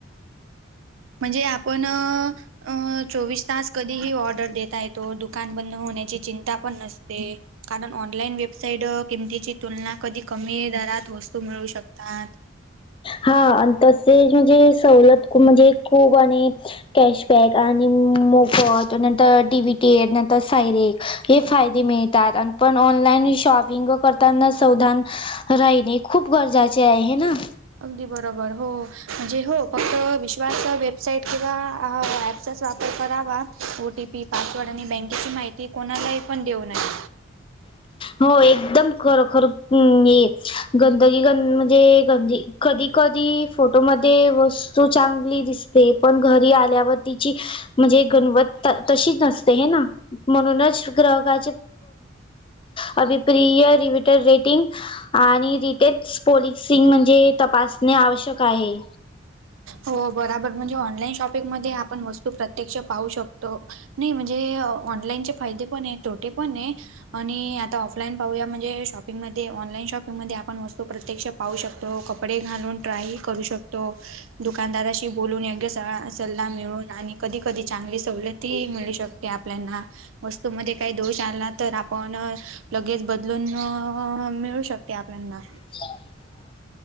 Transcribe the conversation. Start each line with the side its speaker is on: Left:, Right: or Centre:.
Right: म्हणजे आपण... अ चोवीस तास कधीही ऑर्डर देता येतो दुकान बंद होण्याची चिंता पण नसते..... कारण ऑनलाईन वेबसाईट किमतीची तुलना कधी कमी दरात वस्तू मिळू शकतात....
Left: हा आणि तसे म्हणजे सवलत म्हणजे खूप आणि... कॅशबॅक आणि मोफत नंतर डीबीटी नंतर सायरेक... हे फायदे मिळतात आणि पण ऑनलाईन शॉपिंग करताना सावधान राहिणे खूप गरजाचे आहे हे ना...
Right: अगदी बरोबर हो म्हणजे हो फक्त विश्वास वेबसाईट किंवा... त्याचाच वापर करावा ओ टी पी पासवर्ड आणि बँकेची माहिती कोणालाही पण देऊ नये....
Left: हो एकदम खर खर ये... गंदगी ग म्हणजे गंदी... कधी कधी फोटो मध्ये वस्तू चांगली दिस... पण घरी आल्यावर तिची म्हणजे गणवत... तशी नसते हे ना म्हणूनच ग्राहकाचे.... अभिप्रिय रिट रेटिंग आणि रिटे पॉलसिंग म्हणजे तपास... असणे आवश्यक आहे...
Right: हो बरोबर म्हणजे ऑनलाईन शॉपिंगमध्ये आपण वस्तू प्रत्यक्ष पाहू शकतो... नाही म्हणजे ऑनलाईनचे फायदे पण आहे तोटे पण आहे आणि आ... ऑनलाईन पाहूया म्हणे शॉपिंगमध्ये ऑनलाईन शॉपिंग.... म आपण वस्तो प्रत्यक्ष पाहू शकतो कपडे घालून ट्राय करू शकतो... दुकानदाराशी बोलून योग्य स सल्ला मिळून आणि कधी कधी चांगली सवलत ही....... श आपल्या वस्तू म काही दोष आला तर आपण लगेच बदलून.... मिळू शकते आपल्याना...
Left: <inaudible>